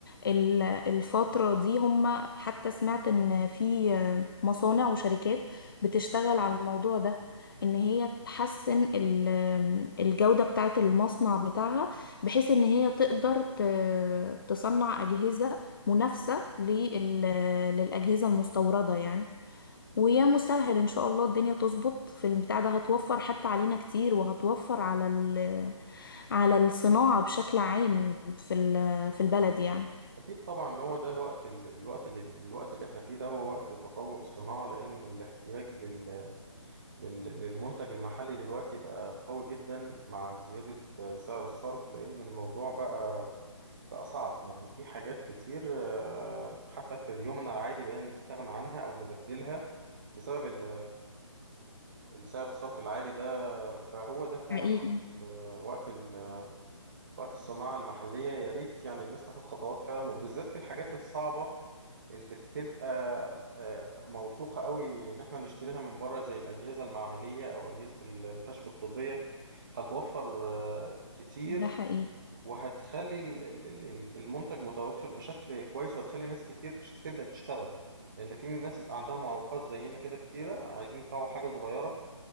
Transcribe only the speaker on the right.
اكيد طبعا هو ده الوقت ال- الوقت اللي الوقت اللي احنا فيه ده هو وقت تطور الصناعه لان الاحتياج لل لل- للمنتج المحلي دلوقتي بقى قوي جدا مع زياده آه، سعر الصرف لان الموضوع بقى بقى صعب يعني في حاجات كتير آه، حتى في اليوم العادي بقينا نستغنى عنها او نبدلها بسبب ال السعر الصرفي العالي ده فهو ده فعلا
وقت ال وقت ال وقت الصناعة المحلية يا ريت يعني الناس تاخد خطوات فعلا وبالذات في الحاجات الصعبة اللي بتبقى آه، موثوقة قوي ان احنا نشتريها من بره زي الأجهزة المعملية او أجهزة ال- الكشف الطبية هتوفر آه، كتير
وهتخلي ال- ال- ال- المنتج متوفر بشكل كويس وهتخلي ناس كتير تش- تبدأ تشتغل لأن في ناس عندها معوقات زينا كده كتيرة عايزين يفتحوا حاجة صغيرة